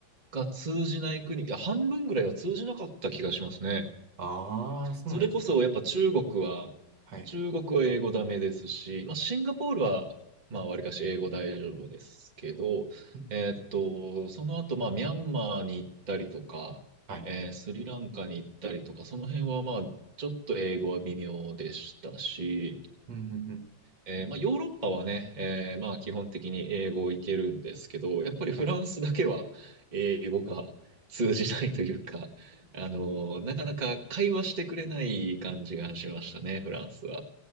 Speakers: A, on the right; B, on the right.
A: が通じない国、いや、半分ぐらいは通じなかった気がしますね。
B: ああー、そうなんですね。
A: それこそやっぱ中国は、
B: はい。
A: 中国は英語ダメですし、まあシンガポールは、まあわりかし英語大丈夫ですけど、
B: うん
A: えーっと、その後まあミャンマーに行ったりとか、
B: はい。
A: えースリランカに行ったりとか、その辺はまあちょっと英語は微妙でしたし、
B: うんうんうん
A: えーまあ、ヨーロッパはね、えーまあ、基本的に英語をいけるんですけど、やっぱりフランスだけは英語が通じないというか、
B: はい。
A: あのーなかなか会話してくれない感じがしましたね、フランスは。